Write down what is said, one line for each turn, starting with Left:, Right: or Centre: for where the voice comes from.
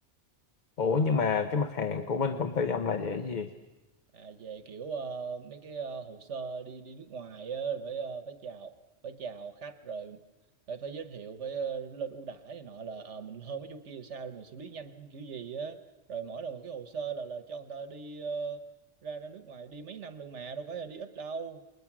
Left: ủa nhưng mà cái mặt hàng của bên công ty ông là về cái gì
Right: à, về kiểu ờ, mấy cái ờ, hồ sơ đi đi nước ngoài á, rồi phải ờ, phải chào phải chào khách rồi phải phải giới thiệu phải ờ, lên ưu đãi này nọ là ờ, mình hơn mấy chỗ kia là sao rồi mình xử lý nhanh kiểu gì á rồi mỗi lần một cái hồ sơ là là cho người ta đi ờ, ra ra nước ngoài đi mấy năm lần mà đâu phải là đi ít đâu